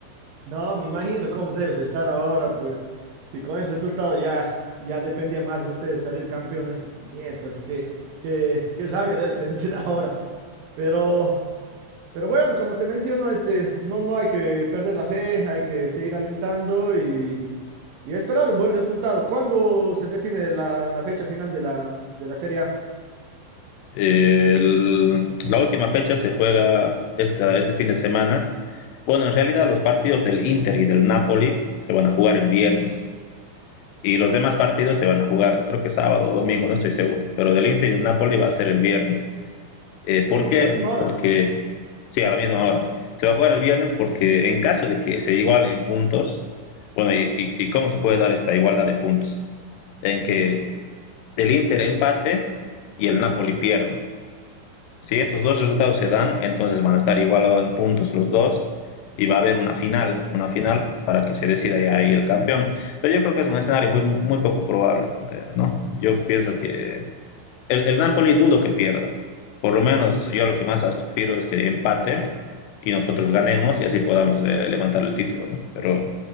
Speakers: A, on the right; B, on the left.
A: No, me imagino cómo debes estar ahora, pues. Si con ese resultado ya, ya dependía más de ustedes salir campeones, miércoles, qué, qué, qué rabia debes sentir <laughs> ahora. Pero. Pero bueno, como te menciono, este, no, no hay que perder la fe, hay que seguir alentando y, y esperar un buen resultado. ¿Cuándo se define la, la fecha final de la, de la Serie A?
B: eh, el- la última fecha se juega esta- este fin de semana. Bueno, en realidad los partidos del Inter y del Napoli se van a jugar el viernes. Y los demás partidos se van a jugar, creo que sábado o domingo, no estoy seguro. Pero del Inter y el Napoli va a ser el viernes. Eh, ¿Por
A: Supongo
B: qué?
A: que a la misma hora.
B: Porque, sí, a la misma hora. Se va a jugar el viernes porque en caso de que se iguale en puntos, bueno, y, y, y cómo se puede dar esta igualdad de puntos? En que el Inter empate y el Napoli pierda. Si estos dos resultados se dan, entonces van a estar igualados en puntos los dos y va a haber una final, una final para que se decida ya ahí el campeón. Pero yo creo que es un escenario muy, muy poco probable, eh, ¿no? Yo pienso que el, el Napoli dudo que pierda. Por lo menos yo lo que más aspiro es que empate y nosotros ganemos y así podamos eh, levantar el título, ¿no? Pero